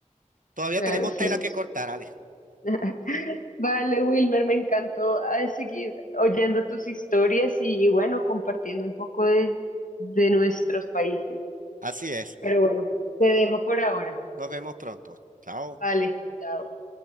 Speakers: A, on the right; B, on the left.
A: Todavía
B: claro,
A: tenemos
B: claro.
A: tela que
B: sí.
A: cortar, Ale.
B: <laughs> Vale, Wilmer, me encantó eh, seguir oyendo tus historias y, y bueno, compartiendo un poco de, de nuestros países.
A: Así es.
B: Pero bueno, te dejo por ahora.
A: Nos vemos pronto. Chao.
B: Vale, chao.